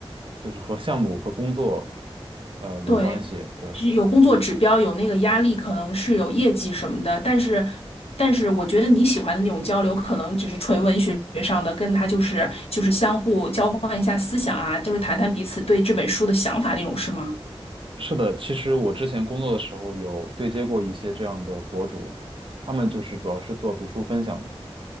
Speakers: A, on the right (about 60°); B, on the left (about 80°).
A: 就是和项目和工作呃有关系。
B: 对，
A: 对，
B: 是有工作指标，有那个压力，可能是有业绩什么的，但是，但是我觉得你喜欢的那种交流，可能只是纯文学上的，跟他就是就是相互交换一下思想啊，就是谈谈彼此对这本书的想法那种，是吗？
A: 是的，其实我之前工作的时候有对接过一些这样的博主，他们就是主要是做读书分享的。